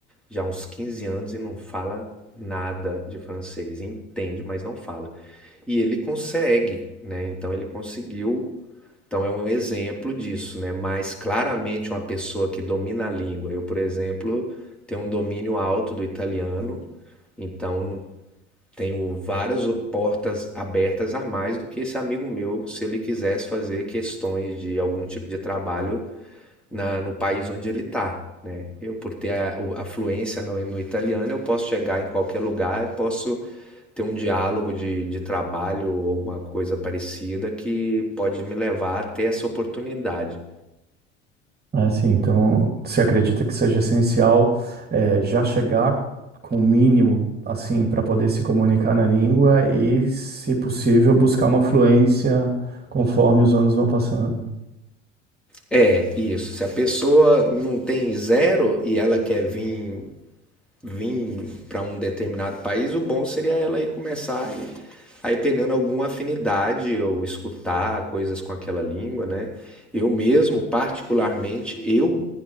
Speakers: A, in the centre; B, on the right (about 25°).
A: já há uns 15 anos e não fala nada de francês, entende, mas não fala. E ele consegue, né? Então ele conseguiu. Então é um exemplo disso, né? Mas claramente uma pessoa que domina a língua. Eu, por exemplo, tenho um domínio alto do italiano. Então, não tenho várias portas abertas a mais do que esse amigo meu, se ele quisesse fazer questões de algum tipo de trabalho na, no país onde ele está, né? Eu, por ter a, a fluência no, no italiano, eu posso chegar em qualquer lugar e posso ter um diálogo de, de trabalho ou alguma coisa parecida que pode me levar a ter essa oportunidade.
B: Ah, sim. Então, você acredita que seja essencial eh, já chegar com o mínimo, assim, para poder se comunicar na língua e, se possível, buscar uma fluência conforme os anos vão passando?
A: É, isso. Se a pessoa não tem zero e ela quer vir vir para um determinado país, o bom seria ela ir começar e aí pegando alguma afinidade ou escutar coisas com aquela língua, né? Eu mesmo, particularmente, eu